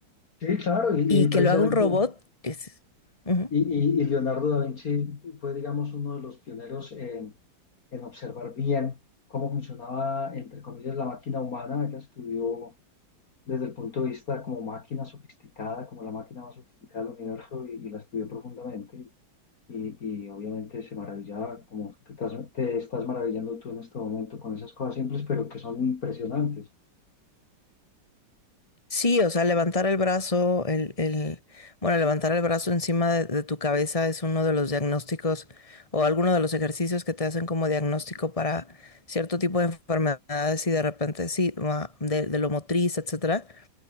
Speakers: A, on the left (about 50°); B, on the left (about 15°).
A: Sí, claro, y,
B: Y
A: y
B: que
A: precisamente,
B: lo haga un robot es... ujú.
A: y, y- y Leonardo da Vinci fue, digamos, uno de los pioneros en, en observar bien cómo funcionaba, entre comillas, la máquina humana, que estudió desde el punto de vista como máquina sofisticada, como la máquina más sofisticada del universo, y, y la estudió profundamente. Y, y obviamente se maravillaba, como te, estás- te estás maravillando tú en este momento con esas cosas simples, pero que son impresionantes.
B: Sí, o sea, levantar el brazo, el, el, bueno, levantar el brazo encima de, de tu cabeza es uno de los diagnósticos o alguno de los ejercicios que te hacen como diagnóstico para cierto tipo de enfermedades y de repente sí, ma- de, de lo motriz, etcétera.